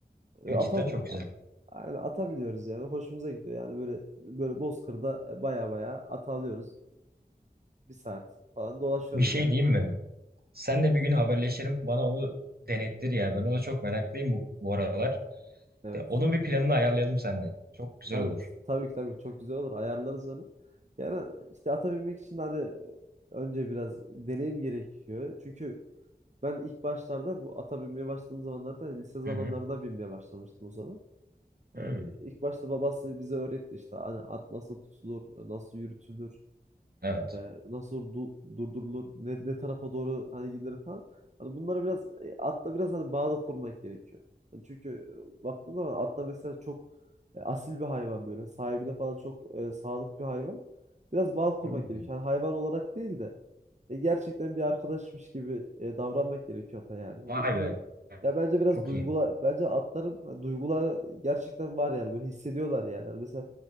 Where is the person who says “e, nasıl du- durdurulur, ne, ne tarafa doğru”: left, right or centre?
Right